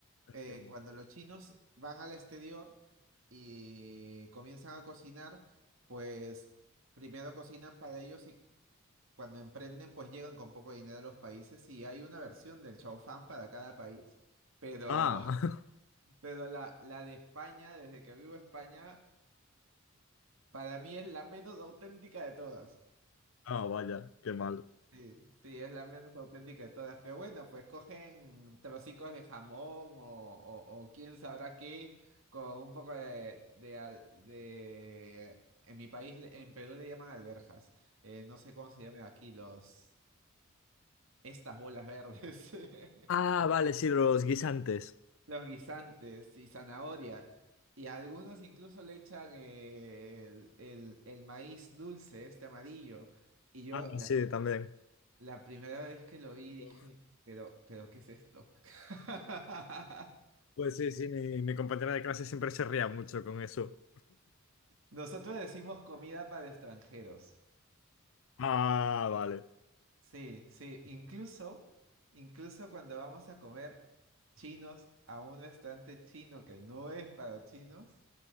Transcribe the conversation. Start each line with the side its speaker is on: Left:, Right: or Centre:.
Left: entiendo.
Right: eh, cuando los chinos van al exterior y comienzan a cocinar, pues primero cocinan para ellos y cuando emprenden, pues llegan con poco dinero a los países y hay una versión del chow fan para cada país. Pero,
Left: Ah,
Right: <laughs> pero la, la de España, desde que vivo en España, para mí es la menos auténtica de todas.
Left: <laughs> ah, vaya, qué mal.
Right: Sí, sí, es la menos auténtica de todas. Pero bueno, pues cogen trocitos de jamón o, o- o quién sabrá qué, con un poco de, de, al- de- En mi país, le- en Perú le llaman alberjas. Eh, no sé cómo se llaman aquí los... Estas bolas verdes. <laughs>
Left: Ah, vale, sí, los guisantes.
Right: Los guisantes y zanahoria. Y a algunos incluso le echan el, el- el maíz dulce, este amarillo. Y yo,
Left: Ah,
Right: la
Left: sí, también.
Right: La primera vez que lo vi dije,
Left: Uf.
Right: pero, pero ¿qué es esto? <laughs>
Left: Pues sí, sí, mi, mi compañera de clase siempre se ría mucho con eso.
Right: Nosotros decimos comida para extranjeros.
Left: Ah, vale.
Right: Sí, sí, incluso, incluso cuando vamos a comer chinos a un restaurante chino que no es para chinos,